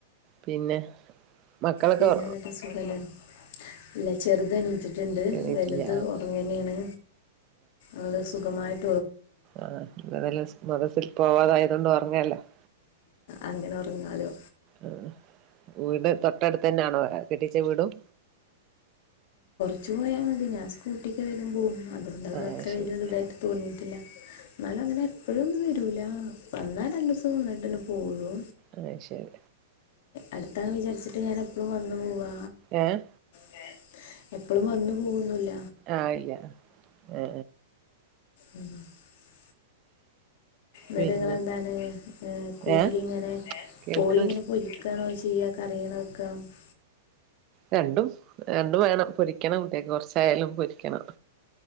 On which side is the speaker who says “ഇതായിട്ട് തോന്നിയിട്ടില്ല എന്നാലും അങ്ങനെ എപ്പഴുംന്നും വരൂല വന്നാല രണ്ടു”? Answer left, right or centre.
Left